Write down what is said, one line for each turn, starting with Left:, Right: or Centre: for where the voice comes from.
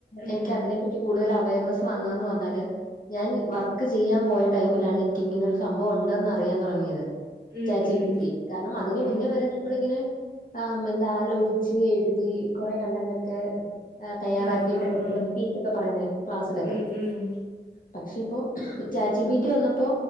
Right: ഉം
Left: എനിക്ക് അതിനെപ്പറ്റി കൂടുതൽ അവയർനെസ്സ് വന്നതെന്ന് പറഞ്ഞാല് ഞാൻ വർക്ക് ചെയ്യാൻ പോയ ടൈമിലാണ് എനിക്ക് ഇങ്ങനെ ഒരു സംഭവം ഉണ്ടെന്ന് അറിയാൻ തുടങ്ങിയത്
Right: ഉം
Left: ചാറ്റ്ജിപിറ്റി
Right: ഉം
Left: കാരണം അതിന്
Right: ഉം
Left: മുന്നേ വരെ നമ്മളിങ്ങനെ ആ എന്താ ആലോചിച്ച് എഴുതി കൊറെ കണ്ടന്റ് ഒക്കെ തയ്യാറാക്കിയിട്ടല്ലേ
Right: ആഹ് ആഹ്
Left: നമ്മള്
Right: ആഹ്
Left: സ്പീച്ചൊക്കെ പറയുന്നത് ക്ലാസ്സിലൊക്കെ
Right: ഉം ഉം
Left: പക്ഷെ ഇപ്പോ ചാറ്റ്ജിബീറ്റി വന്നപ്പോ